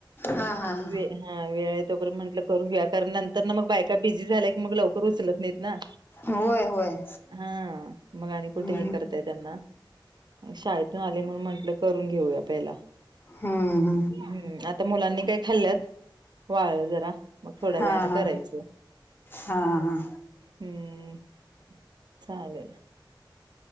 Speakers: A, on the left; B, on the right.
A: हा हा हा.
B: वे हा वेळ हे, तोपर्यंत म्हटलं करून घेऊया. कारण नंतर ना, मग बायका बिझी झाल्या की, मग लवकर उचलत नाहीत ना.
A: होय, होय.
B: हा, मग आणि कुठे
A: हम्म
B: हे करताय त्यांना? शाळेतून आले. म्हणून म्हटलं, करून घेऊया पहिला.
A: हा.
B: हम्म, आता मुलांनी काय खाल्ल्यात? वाळलं जरा, मग थोड्या
A: हा
B: वेळानं
A: हा
B: करायचं.
A: हा.
B: हम्म, चालेल.